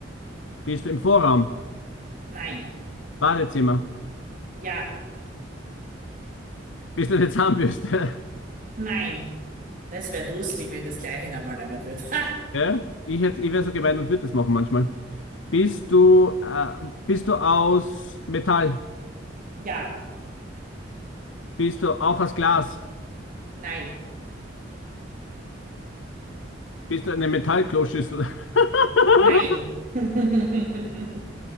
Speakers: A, on the left (about 85°); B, on the right (about 45°).
A: Bist du im Vorraum?
B: Nein.
A: Badezimmer?
B: Ja.
A: Bist du eine Zahnbürste? <laughs>
B: Nein. Das wäre lustig, wenn das gleiche nochmal nehmen würde. <laughs>
A: Ja? Ich hätte, ich wäre so gemein und würde das machen manchmal. Bist du, äh, bist du aus Metall?
B: Ja.
A: Bist du auch aus Glas?
B: Nein.
A: Bist du eine Metallkloschüssel? <laughs>
B: Nein. <laughs>